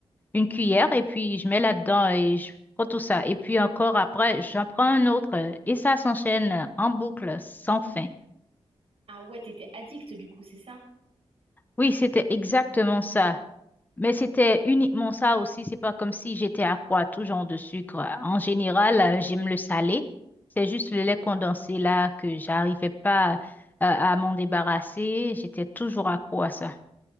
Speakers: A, on the left; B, on the right.
A: une cuillère et puis je mets là-dedans et je prends tout ça. Et puis encore après, j'en prends un autre euh, et ça s'enchaîne en boucle sans fin.
B: Ah ouais, t'étais addict, du coup, c'est ça?
A: Oui, c'était exactement ça. Mais c'était uniquement ça aussi. C'est pas comme si j'étais accro à tout genre de sucre. En général, euh, j'aime le salé. C'est juste le lait condensé là que j'arrivais pas euh, à m'en débarrasser. J'étais toujours accro à ça.